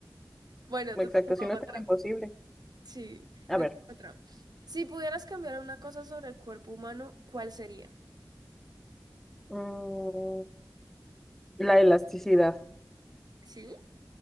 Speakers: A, on the right (about 55°); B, in the centre.
A: Bueno,
B: Exacto,
A: te tengo
B: si no
A: otra.
B: es tan imposible.
A: Sí,
B: A
A: te
B: ver.
A: tengo otra. Si pudieras cambiar una cosa sobre el cuerpo humano, ¿cuál sería?
B: mm, La elasticidad,
A: ¿Sí?